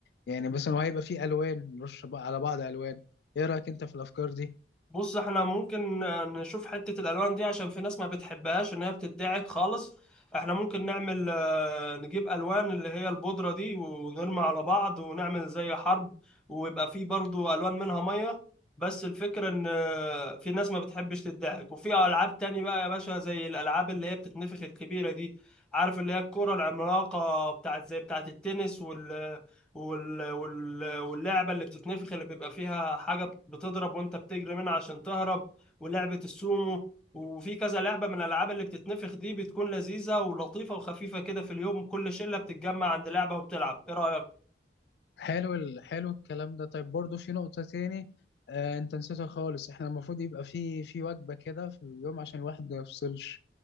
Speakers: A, on the left; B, in the centre.
A: يعني مثلا وهيبقى في الوان نرش بقى على بعض الوان ايه رايك انت في الافكار دي
B: بص احنا ممكن نشوف حتة الألوان دي عشان في ناس ما بتحبهاش إن هي بتدعك خالص احنا ممكن نعمل آه، نجيب ألوان اللي هي البودرة دي ونرمي على بعض ونعمل زي حرب ويبقى فيه برضو ألوان منها مية بس الفكرة إن آه، في ناس ما بتحبش تدعك وفي ألعاب تاني بقى يا باشا زي الألعاب اللي هي بتتنفخ الكبيرة دي عارف اللي هي الكرة العملاقة بتاعت زي بتاعت التنس وال... وال... واللعبة اللي بتتنفخ اللي بيبقى فيها حاجة بتضرب وانت بتجري منها عشان تهرب ولعبة السومو وفي كذا لعبة من الألعاب اللي بتتنفخ دي بتكون لذيذة ولطيفة وخفيفة كده في اليوم كل شلة بتتجمع عند لعبة وبتلعب إيه رأيك؟
A: حلو ال... حلو الكلام ده طيب برضه في نقطة تاني آه انت نسيتها خالص احنا المفروض يبقى في في وجبة كده في اليوم عشان الواحد ما يفصلش